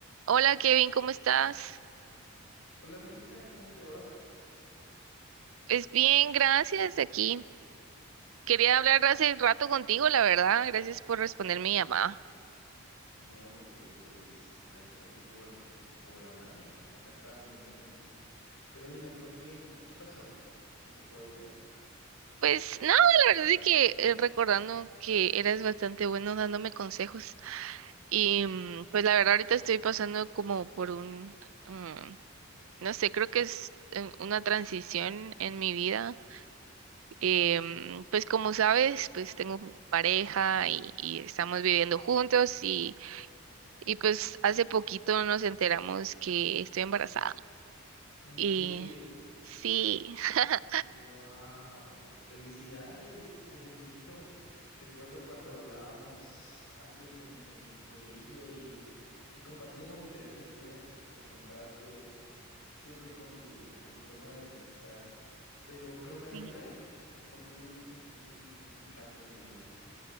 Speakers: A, on the right (about 65°); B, on the left (about 75°).
A: Hola Kevin, ¿cómo estás?
B: Hola Melissa, ¿cómo te va?
A: Es bien, gracias aquí. Quería hablar hace rato contigo, la verdad. Gracias por responder mi llamada.
B: No, no te preocupes. Gracias a ti por, por hablarme. Acá estaba pensando en ti. Pero dime, ¿por qué? ¿Qué pasó? ¿Cómo te puedo ayudar?
A: Pues nada, la verdad es que eh, recordando que eres bastante bueno dándome consejos. Y
B: Así
A: mm,
B: que,
A: pues la verdad ahorita estoy pasando como por un, mm, no sé, creo que es eh, una transición en mi vida.
B: mm.
A: Em, pues como sabes, pues tengo pareja y, y estamos viviendo juntos y... Y pues hace poquito nos enteramos que estoy embarazada.
B: En
A: Y
B: serio,
A: sí, <laughs>
B: wow, felicidades, te felicito. Recuerdo cuando hablábamos antes en el colegio y, y compartíamos diferentes ideas. Me comentabas tú. siempre con tu, con tu forma de pensar. Pero, pero me alegra,
A: sí,
B: como tú bien dices, es un, es un cambio en tu vida.